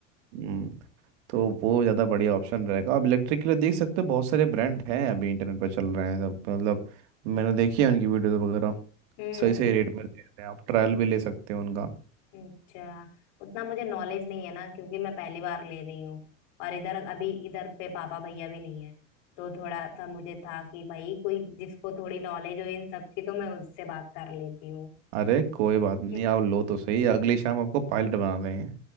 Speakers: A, on the right; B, on the left.
A: हम्म, तो वो ज़्यादा बढ़िया ऑप्शन रहेगा आप इलेक्ट्रिक के लिए देख सकते हो बहुत सारे ब्रांड हैं अभी इंटरनेट पर चल रहे हैं सब मतलब मैंने देखी है उनकी वीडियो वगैरह
B: हम्म
A: सही सही रेट में दे रहे हैं आप ट्रायल भी ले सकते हो उनका
B: अच्छा उतना मुझे नॉलेज नहीं है ना क्योंकि मैं पहली बार ले रही हूँ और इधर अभी इधर पे पापा भैया भी नहीं है तो थोड़ा सा मुझे था कि भाई कोई जिसको थोड़ी नॉलेज हो इन सब की तो मैं उससे बात कर लेती हूँ
A: अरे कोई बात नहीं
B: <laughs>
A: आप लो तो सही अगली शाम आपको पायलट बना देंगे